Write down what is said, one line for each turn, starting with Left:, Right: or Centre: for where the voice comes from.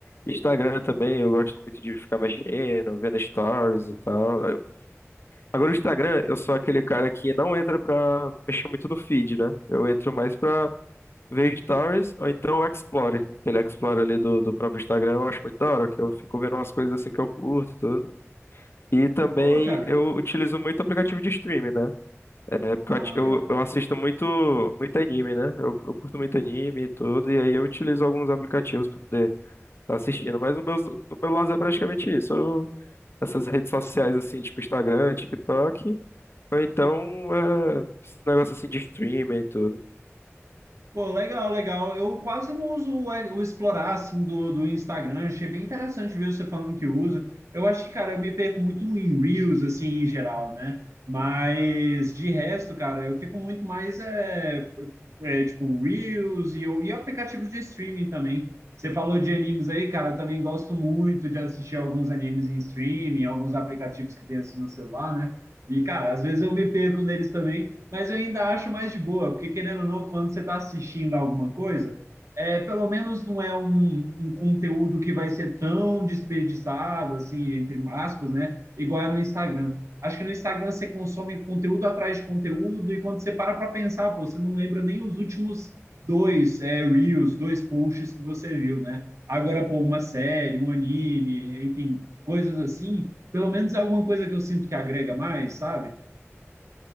Left: Instagram também, eu gosto muito de ficar mexendo, vendo stories e tal. Agora o Instagram, eu sou aquele cara que não entra pra mexer muito no feed, né? Eu entro mais pra ver stories ou então o Explore. Aquele Explore ali do, do próprio Instagram eu acho muito da hora, que eu fico vendo umas coisas assim que eu curto e tudo. E também
Right: Pô, cara.
Left: eu utilizo muito aplicativo de streaming, né? É porque
Right: Ah,
Left: eu, ati-
Right: legal.
Left: eu eu assisto muito, muito anime, né? Eu, eu curto muito anime e tudo, e aí eu utilizo alguns aplicativos pra poder estar assistindo. Mas no meu, no meu lado é praticamente isso. Eu- essas redes sociais assim, tipo Instagram, TikTok. Ou então, é, esse negócio assim de streamer e tudo.
Right: Pô, legal, legal. Eu quase não uso o, o explorar assim do, do Instagram. Achei bem interessante ver você falando que usa. Eu acho que, cara, eu me perco muito em Reels, assim, em geral, né? Mas de resto, cara, eu fico muito mais é, é, é, tipo Reels e, o- e aplicativos de streaming também. Você falou de animes aí, cara, eu também gosto muito de assistir alguns animes em streaming, alguns aplicativos que tem assim no celular, né? E, cara, às vezes eu me perco neles também mas eu ainda acho mais de boa, porque querendo ou não, quando você está assistindo alguma coisa, é, pelo menos não é um, um conteúdo que vai ser tão desperdiçado, assim, entre aspas, né? Igual é no Instagram. Acho que no Instagram você consome conteúdo atrás de conteúdo, e quando você para para pensar, pô, você não lembra nem os últimos dois é, reels, dois posts que você viu, né? Agora, pô, uma série, um anime, enfim, coisas assim, pelo menos é alguma coisa que eu sinto que agrega mais, sabe?